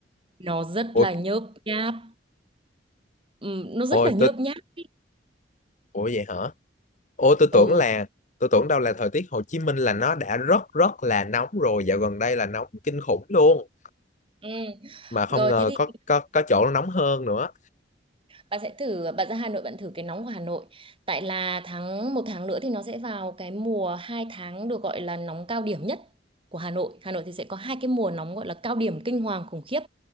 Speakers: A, on the right; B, on the left.
A: Nó rất
B: ôi,
A: là nhớp nháp. Ừm, nó rất
B: ôi,
A: là nhớp
B: tôi,
A: nháp. ý.
B: ủa vậy hả? Ôi tôi
A: Ừ.
B: tưởng là tôi tưởng đâu là thời tiết Hồ Chí Minh là nó đã rất rất là nóng rồi dạo gần đây là nóng kinh khủng luôn
A: Ừ.
B: mà không
A: Rồi
B: ngờ
A: thế thì
B: có có có chỗ nó nóng hơn nữa
A: bạn sẽ thử bạn ra Hà Nội bạn thử cái nóng của Hà Nội tại là tháng một tháng nữa thì nó sẽ vào cái mùa hai tháng được gọi là nóng cao điểm nhất của Hà Nội Hà Nội thì sẽ có hai cái mùa nóng gọi là cao điểm kinh hoàng khủng khiếp